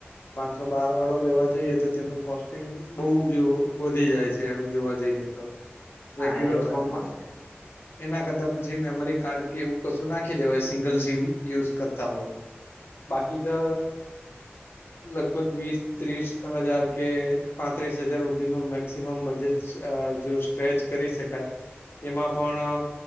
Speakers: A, on the left; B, on the right.
A: પાંચસો બાર વાળો લેવા જઈએ તો તેનું કોસ્ટિંગ બહુ જ વધી જાય છે જેમ જોવા જઈએ તો
B: હા
A: રેગ્યુલર
B: એ વાત
A: ફોનમાં
B: તો છે
A: એના કરતાં પછી મેમરી કાર્ડ કે એવું કશું નાખી દેવાય સિંગલ સીમ યુઝ કરતા હોય તો બાકી તો લગભગ વીસ ત્રીસ હજાર કે પાંત્રીસ હજાર સુધી નું મેક્સિમમ બજેટ અ જો સ્ટ્રેચ કરી શકાય તેમાં પણ અ